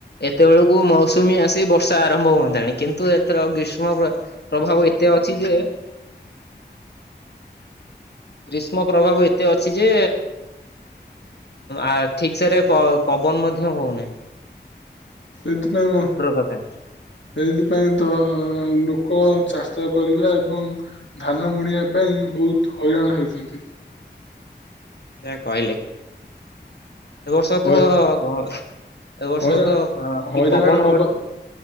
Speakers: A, on the left (about 65°); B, on the left (about 85°).
A: ଏତେବେଳକୁ ମୌସୁମୀ ଆସି ବର୍ଷା ଆରମ୍ଭ ହୁଅନ୍ତାଣି କିନ୍ତୁ ଏଥର ଗ୍ରୀଷ୍ମ ପ୍ର ପ୍ରଭାବ ଏତେ ଅଛି ଯେ ଗ୍ରୀଷ୍ମ ପ୍ରଭାବ ଏତେ ଅଛି ଯେ ଆ ଠିକ ସେରେ ପ-ପବନ ମଧ୍ୟ ହୋଉନାହିଁ।
B: ସେଇଥିପାଇଁ ମୋ
A: କଥା
B: ସେଇଥିପାଇଁ ତ ଲୋକ ଚାଷ କରିବା ଏବଂ ଧାନ ବୁଣିବା ପାଇଁ ବୋହୁତ ହଇରାଣ ହେଉଚନ୍ତି।
A: ଯାହା କହିଲେ ଏ ବର୍ଷ
B: ହଇ
A: ତହ ଘ ଏବ ବର୍ଷ
B: ହଇରାଣ
A: ତ ଆଁ କି
B: ହଇରାଣ
A: ପବନ
B: ହବା
A: ଗୋ